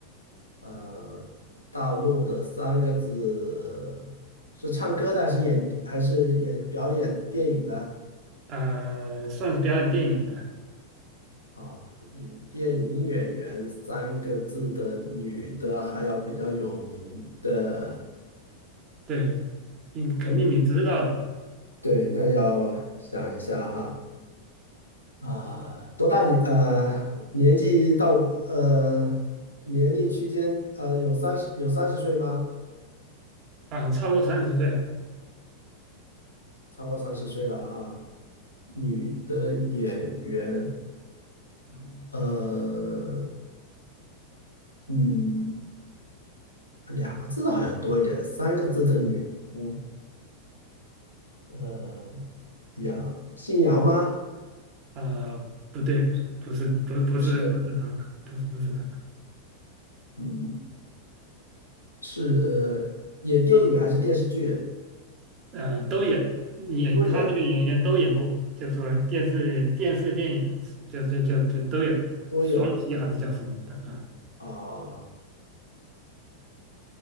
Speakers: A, on the left; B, on the right.
A: 呃，大陆的三个字是唱歌的，还是演还是演表演电影的？
B: 啊、算是表演电影的，
A: 啊，以电影演员三个字的女的，还要比较有名的，
B: 对，应肯定你知道的
A: 哦对，那要想一下哈，啊，多大年？呃，年纪到呃年龄区间，呃，有三十有三十岁吗？
B: 啊、超过三十岁了，
A: 超过三十岁了哈，女的演员，
B: 嗯，
A: 呃，嗯，两个字的好像多一点，三个字的女的，嗯呃，杨，姓杨吗？
B: 啊、不对，不是，不，不是，
A: 不是，
B: 不是他，不是，不是他，
A: 嗯，是演电影还是电视剧？
B: 呃，都演演他这个演员都演过，
A: 都演，
B: 就说电视、电视、电影，就就就就都有，
A: 都有是
B: 双栖还是叫什么的啊？
A: 啊，